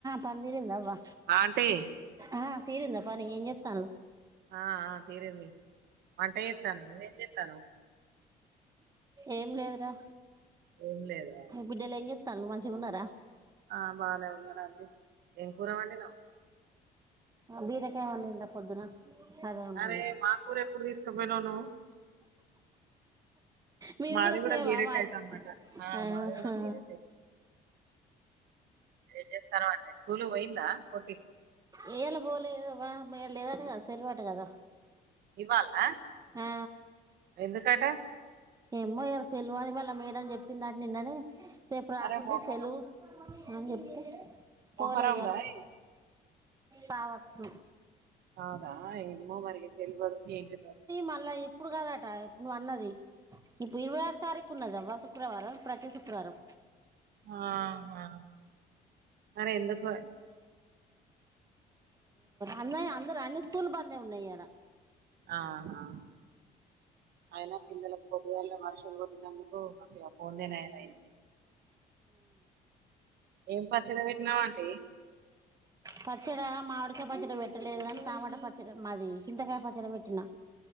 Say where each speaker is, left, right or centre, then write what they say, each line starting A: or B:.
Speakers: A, on the right; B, on the right.
A: పందిరింద బా
B: అంటి
A: ఆ తీరిందా పని ఏం చేత్తాన్నవ్
B: ఆ ఆ తీరింది వంట చెత్తన్నావ్ నువ్వేం చెత్తన్నావ్
A: ఏం లేదురా
B: ఏం లేదా
A: బిడ్డలు ఏం చేస్తాండ్రు మాంచిగా ఉన్నారా
B: ఆ బానే ఉన్నారు అంటీ ఏం కూర వండినావ్
A: బీరకాయ వండిన పొద్దున అదే ఉన్నది
B: అరే మా కూర ఎప్పుడు తీసుకుపోయినా నువ్వు
A: మీది
B: మాది కూడా
A: సేమా
B: బీరకాయ
A: మాది
B: టమాటా
A: ఆహా
B: మాది కూడా బీరకయ ఏం చేస్తాన్నావ్ అంటే స్కూలు పోయిందా పోట్టి
A: ఇయాలా పోలేదు వాళ లేదంట కదా సెలవా అంట కదా
B: ఇవాల
A: ఆ
B: ఎందుకట
A: ఏమో ఇయల సెల్వ అని మళ్ళీ మేడం చెప్పిందిట నిన్ననే రేపు రాకుల్లి
B: అరే మొహరం
A: సెలవు అని చెప్పి
B: మొహరం
A: పోల ఇయ్యా
B: దా ఏంది
A: కావచ్చు
B: రాదా ఎమ్మో మరి తెలివదు ఏంటి
A: మొన్న ఇప్పుడు కాదట నువ్వు అన్నది ఇప్పుడు ఇరవై ఆ సరుకు ఉన్నది అవ్వ శుక్రవారం ప్రతి శుక్రవారం
B: ఆహా మరి ఎందుకో
A: అన్నయ అందరు అన్ని స్కూల్ బంద్ అ ఉన్నాయి ఇయలా
B: ఆహా అయిన పిల్లలకు పొద్దుగాళ్ల వర్షం కొట్టినందుకు మంచిగా పొందే నయం అయింది ఏం పచ్చడి పెట్టినావ్ అంట
A: పచ్చడ మామిడికాయ పచ్చడి పెట్టలేదు కాని టమాటా పచ్చడి మాది చింతకాయ పచ్చడి పెట్టినా